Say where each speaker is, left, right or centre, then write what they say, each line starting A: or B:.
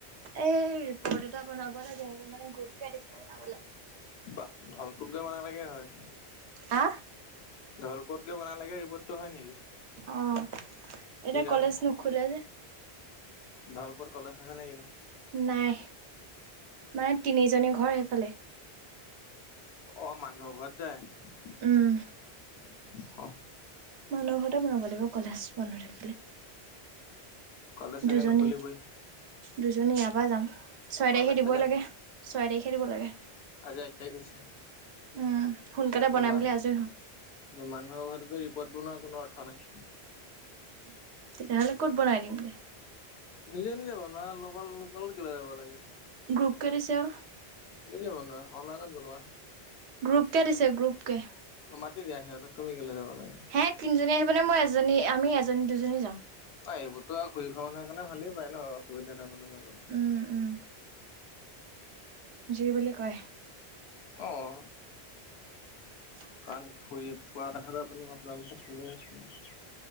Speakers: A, on the right; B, on the left.
A: এই ৰিপৰ্ট এটা বনাব লাগে মানে গ্ৰুপকে দিছে বনাবলে
B: বাহ ধলপোত গৈ বনালেগে হয়
A: আ
B: ধলপোত গৈ বনালেগে ৰিপটটো হয় নেকি
A: অঁ', এতিয়া
B: কি কাৰণে?
A: কলেজ নুখোলে যে।
B: ধলপদ কলেজ আছে নেকি?
A: নাই, মানে তিনিজনী ঘৰ সেইফালে।
B: অ' মানুহৰ ঘৰত যায়।
A: উমঁ।
B: অহ'।
A: মানুহ ঘৰতে বনাব লাগিব কলেজ বন্ধ থাকিলে।
B: কলেজ চাগে
A: দুজনী,
B: নুখুলিবই।
A: দুজনী ইয়াৰ পৰা যাম, ছয়
B: কলেজ
A: তাৰিখে দিবই
B: চাগে
A: লাগে। ছয় তাৰিখে দিব লাগে।
B: আজি এক তাৰিখ হৈছে।
A: উমঁ, সোনকালে
B: তোমাৰ
A: বনাই মেলি আজৰি হম।
B: মানুহৰ ঘৰত গৈ ৰিপৰ্ট বনোৱাৰ কোনো অৰ্থ নাই।
A: তেতিয়াহ'লে ক'ত বনাই দিম গে।
B: নিজে-নিজে বনোৱা, লগৰ লোকৰ কেলে যাব লাগে।
A: গ্ৰুপকে দিছে অ'।
B: নিজে বনোৱা, অনলাইনত বনোৱা।
A: গ্ৰুপকে দিছে, গ্ৰুপকে।
B: অ' মাতি দিয়া সিহঁতক তুমি কেলৈ যাব লাগে।
A: সেই তিনিজনী আহিব নে মই এজনী আমি এজনী-দুজনী যাম।
B: অ' এইবোৰতো আৰু ঘূৰি ফুৰা মানোহৰ কাৰণে ভালেই পায় ন' অ' সুবিধা এটা পালে যাবলৈ।
A: উম-উম। যি বুলি কয়।
B: অঁ'।
A: <unintelligible>
B: কাৰণ ফুৰি ফোৱা কথাটো আপুনি মই আপোনাৰ মুখত শুনিয়ে আছোঁ।